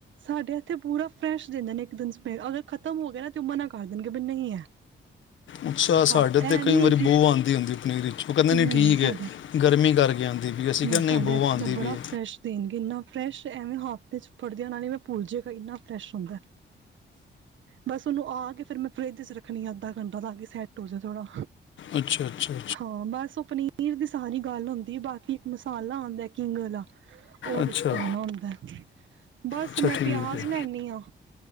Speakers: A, on the right (about 80°); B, on the left (about 85°).
A: ਸਾਡੇ ਇੱਥੇ ਪੂਰਾ ਫਰੈਸ਼ ਦਿੰਦੇ ਨੇ ਇੱਕ ਦਿਨ ਸਮੇ ਅਗਰ ਖਤਮ ਹੋ ਗਿਆ ਨਾ ਤੇ ਉਹ ਮਨਾ ਕਰ ਦੇਣਗੇ ਬੀ ਨਹੀਂ ਹੈ।
B: ਅੱਛਾ ਸਾਡੇ
A: ਹਾਂ
B: ਤੇ
A: ਇਹ
B: ਕਈ
A: ਨੀ
B: ਵਾਰੀ
A: ਹੈ ਕਿ
B: ਬਹੁ ਆਦੀ ਹੁੰਦੀ ਪਨੀਰ ਉਹ ਕਹਿੰਦੇ
A: ਨਹੀਂ
B: ਨ ਠੀਕ
A: ਨਹੀਂ ਸਾਡੇ
B: ਹੈ ਗਰਮੀ ਕਰਕੇ ਆਦੀ ਪਈ ਅਸੀਂ ਕਿਹਾ ਨਹੀਂ
A: ਸਾਡੇ
B: ਬੋ
A: ਇੱਥੇ
B: ਆਦੀ
A: ਤਾਂ
B: ਪਈ
A: ਬੜਾ
B: ਹੈ।
A: ਫਰੈਸ਼ ਦੇਣਗੇ ਇੰਨਾ ਫਰੈਸ਼ ਐਵੇਂ ਹਫ਼ਤੇ 'ਚ ਫੜਦਿਆਂ ਮੈਂ ਭੁੱਲ ਜੇਗਾ ਇੰਨਾ ਫਰੈਸ਼ ਹੁੰਦਾ। ਬਸ ਉਹਨੂੰ ਆ ਤਾਂ ਫਿਰ ਮੈ ਫਰਿੱਜ ਚ ਰੱਖਣੀ ਅੱਧਾ ਘੰਟਾ ਤਾਂ ਕਿ ਸੈਟ ਹੋ ਜੇ ਥੋੜਾ
B: ਅੱਛਾ ਅੱਛਾ ਅੱਛਾ
A: ਹਾਂ ਬਸ ਉਹ ਪਨੀਰ ਦੀ ਸਾਰੀ ਗੱਲ ਹੁੰਦੀ ਬਾਕੀ ਇੱਕ ਮਸਾਲਾ ਆਦਾ ਕਿੰਗ ਵਾਲਾ। ਉਹ
B: ਅੱਛਾ ਅੱਛਾ
A: ਵਿੱਚ ਪਾਣਾ ਹੁੰਦਾ ਐ। ਬਸ
B: ਅੱਛਾ
A: ਮੈਂ
B: ਠੀਕ
A: ਪਿਆਜ
B: ਹੈ
A: ਲੈਨੀ ਹਾਂ।